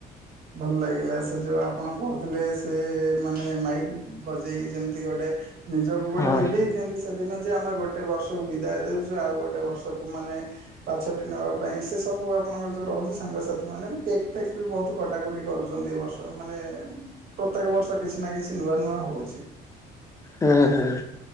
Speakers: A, on the right; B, on the left.
A: ଭଲ ଲାଗିଲା ସେ ଯୋଉ ଆପଣ କହୁଥିଲେ ସେ ଏ ଏ ମାନେ ମାଇକ୍ ବଜେଇ ଯେମତି ଗୋଟେ ନିଜକୁ ଗୋଟେ
B: ହଁ
A: ଲିଭେଇ ଦିଅନ୍ତି ସେ ସେଦିନ ଯେ ଆମେ ଗୋଟେ ବର୍ଷକୁ ବିଦାୟ ଦେଉଚୁ ଆଉ ଗୋଟେ ବର୍ଷକୁ ମାନେ ପାଛୋଟି ନେବା ପାଇଁ ସେ ସବୁ ଆପଣଙ୍କ ଯୋଉ ରହୁଚି ସାଙ୍ଗସାଥି ମାନେ କେକ୍ ଫେକ୍ ବି ବହୁତୁ କଟାକଟି କରୁଚନ୍ତି ଏ ବର୍ଷ ମାନେ ଏ ଏ ପ୍ରତ୍ୟେକ ବର୍ଷ କିଛି ନା କିଛି ନୂଆ ନୂଆ ହଉଛି।
B: ହୁଁ ହୁଁ।